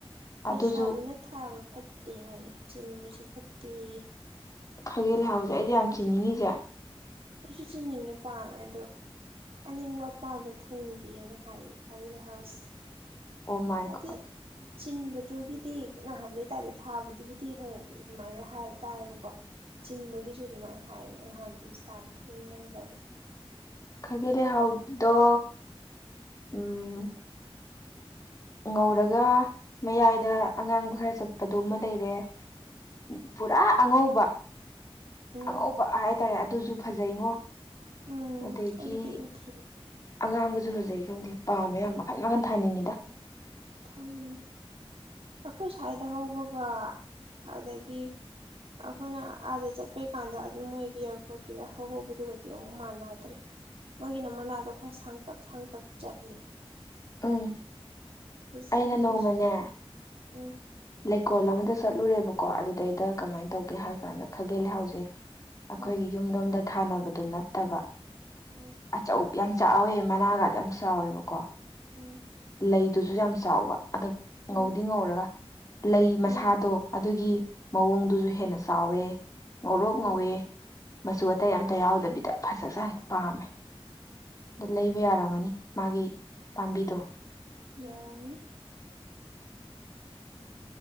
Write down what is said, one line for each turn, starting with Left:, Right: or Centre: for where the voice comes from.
Right: ꯂꯩꯁꯥꯕꯤꯅ
Left: ꯑꯗꯨꯁꯨ
Right: ꯊꯥꯕ ꯐꯠꯇꯦ ꯍꯥꯏꯌꯦ ꯆꯤꯟꯕꯁꯨ ꯐꯠꯇꯦꯌꯦ
Left: ꯈꯥꯒꯦ ꯂꯩꯍꯥꯎꯖꯦ ꯑꯩꯗꯤ ꯌꯥꯝ ꯆꯤꯅꯤꯡꯉꯤꯖꯦ
Right: ꯑꯩꯁꯨ ꯆꯤꯟꯅꯤꯡꯉꯦ ꯄꯥꯝꯃꯦ ꯑꯗꯨ ꯑꯅꯤꯡꯕ ꯑꯄꯥꯝꯕ ꯊꯨꯡꯗꯦꯅ ꯍꯥꯏꯌꯦ ꯈꯥꯒꯤ ꯂꯩꯥꯍꯥꯎꯁꯤ
Left: ꯑꯣ ꯃꯥꯏ
Right: ꯑꯗꯨ
Left: ꯒꯣꯠ
Right: ꯆꯤꯟꯕꯗꯨꯒꯤꯗꯤ ꯅꯍꯥꯟꯒꯩ ꯇꯥꯥꯗꯦ ꯊꯥꯕꯗꯨꯕꯨꯗꯤ ꯍꯣꯏ ꯑꯗꯨꯃꯥꯏꯅ ꯍꯥꯏ ꯇꯥꯏꯌꯦꯕꯀꯣ ꯆꯤꯟꯕꯒꯤꯁꯨ ꯑꯗꯨꯃꯥꯏꯅ ꯍꯥꯏꯌꯦꯅ ꯅꯍꯥꯟ ꯏꯟꯁꯇꯥꯗ ꯊꯦꯡꯅꯔꯝꯕ ꯑꯩꯅ
Left: ꯈꯥꯒꯦ ꯂꯩꯍꯥꯎꯗꯣ ꯎꯝ ꯉꯧꯔꯒ ꯃꯌꯥꯏꯗ ꯑꯉꯥꯡꯕ ꯈꯔ ꯆꯠꯄꯗꯨꯃ ꯂꯩꯔꯦ ꯎꯝ ꯄꯨꯔꯥ ꯑꯉꯧꯕ
Right: ꯎꯝ
Left: ꯑꯉꯧꯕ ꯍꯥꯏꯇꯥꯔꯦ ꯑꯗꯨꯁꯨ ꯐꯖꯩꯉꯣ
Right: ꯎꯝ
Left: ꯑꯗꯒꯤ
Right: ꯑꯗꯨꯗꯤ ꯎꯗ꯭ꯔꯤ
Left: ꯑꯉꯥꯡꯕꯁꯨ ꯐꯖꯩ ꯈꯪꯗꯦ ꯄꯥꯝꯃꯦ ꯌꯥꯝ ꯃꯈꯟ ꯃꯈꯟ ꯊꯥꯅꯤꯡꯉꯤꯗ
Right: ꯊꯥꯅꯤꯡꯉꯤ ꯑꯩꯈꯣꯏ ꯁ꯭ꯋꯥꯏꯗ ꯍꯧꯕꯒ ꯑꯗꯒꯤ ꯑꯈꯣꯏꯅ ꯑꯥꯗ ꯆꯠꯄꯩ ꯀꯥꯟꯗ ꯑꯗꯨꯝ ꯃꯣꯏꯒꯤ ꯑꯦꯌꯥꯔꯄꯣꯔꯠꯀꯤꯗ ꯍꯍꯧꯕꯗꯨꯒꯗꯤ ꯑꯃꯨꯛ ꯃꯥꯟꯅꯗ꯭ꯔꯦ ꯃꯣꯏꯒꯤꯅ ꯃꯅꯥꯗꯣ ꯈꯔ ꯁꯥꯡꯇꯛ ꯁꯥꯡꯇꯛ ꯆꯠꯂꯦ
Left: ꯎꯝ
Right: ꯐꯖꯩ
Left: ꯑꯩꯅ ꯅꯣꯡꯃꯅꯦ
Right: ꯑꯗꯨꯁꯨ ꯎꯝ
Left: ꯂꯩꯀꯣꯜ ꯑꯃꯗ ꯆꯠꯂꯨꯔꯦꯕꯀꯣ ꯑꯗꯨꯗꯩꯗ ꯀꯃꯥꯏ ꯇꯧꯒꯦ ꯍꯥꯏ ꯀꯥꯟꯗ ꯈꯥꯒꯦꯜ ꯂꯩꯍꯥꯎꯁꯦ ꯑꯈꯣꯏꯒꯤ
Right: ꯎꯝ
Left: ꯌꯨꯝꯂꯣꯝꯗ ꯊꯥꯅꯕꯗꯨ ꯅꯠꯇꯕ
Right: ꯎꯝ
Left: ꯑꯆꯧ ꯌꯥꯝ ꯆꯥꯎꯋꯦ ꯃꯅꯥꯒꯗꯣ ꯌꯥꯝ ꯆꯥꯎꯋꯦꯕꯀꯣ
Right: ꯑꯥ
Left: ꯂꯩꯗꯨꯖꯨ ꯌꯥꯝ ꯆꯥꯎꯕ ꯑꯗꯨ
Right: ꯎꯝ
Left: ꯉꯧꯗꯤ ꯉꯧꯔꯒ ꯂꯩ ꯃꯁꯥꯗꯣ
Right: ꯎꯝ
Left: ꯑꯗꯨꯒꯤ ꯃꯑꯣꯡꯗꯨꯖꯨ ꯍꯦꯟꯅ ꯆꯥꯎꯋꯦ ꯉꯧꯔꯣꯛ ꯉꯧꯋꯦ
Right: ꯎꯝ
Left: ꯃꯆꯨ ꯑꯇꯩ ꯑꯝꯇ ꯌꯥꯎꯗꯕꯤꯗ ꯐꯖꯖꯥꯠꯅꯤ ꯄꯥꯝꯃꯦ ꯑꯗꯣ ꯂꯩꯕ ꯌꯥꯔꯝꯒꯅꯤ ꯃꯥꯒꯤ ꯄꯥꯝꯕꯤꯗꯣ
Right: ꯌꯥꯔꯝꯅꯤ